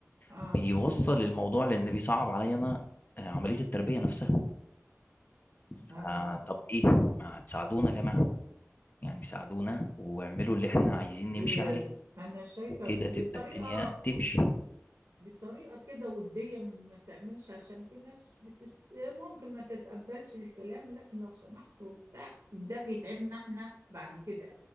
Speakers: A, on the right; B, on the left.
A: آه
B: بيوصل الموضوع لان بيصعب عليا انا آه، عمليه التربيه نفسها فطب
A: آه
B: ايه ما هتساعدونا يا جماعه يعني ساعدونا واعملوا اللي احنا عايزين
A: لا
B: نمشي عليه
A: انا شايفه
B: وكده
A: ب-
B: تبقى
A: بطريقه
B: الدنيا تمشي
A: بطريقه كده وديه من ما تعملش عشان في ناس بتست... ممكن ما تتقبلش الكلام لا لو سمحتوا ده, ده بيتعبنا احنا بعد كده